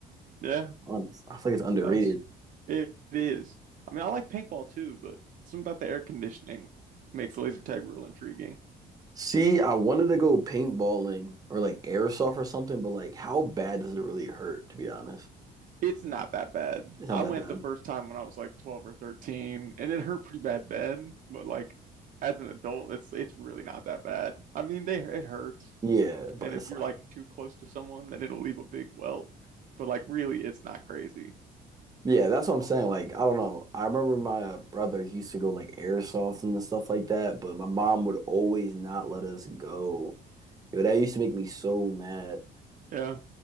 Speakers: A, on the right; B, on the right.
A: Yeah.
B: Um, I feel like it's underrated.
A: No, it's it, it is. I mean, I like paintball too, but something about the air conditioning makes laser tag real intriguing.
B: See, I wanted to go paintballing or like airsoft or something, but like, how bad does it really hurt, to be honest?
A: It's not that bad.
B: It's not
A: I
B: that
A: went
B: bad.
A: the first time when I was like 12 or 13, and it hurt pretty bad then, but like as an adult, it's it's really not that bad. I mean, they it hurts,
B: Yeah, but
A: and if
B: it's
A: you're
B: like,
A: like too close to someone, then it'll leave a big welt. But like really, it's not crazy.
B: yeah, that's what I'm saying. Like, I don't know. I remember my uh, brother he used to go like airsoft and stuff like that, but my mom would always not let us go. Yo, that used to make me so mad.
A: Yeah.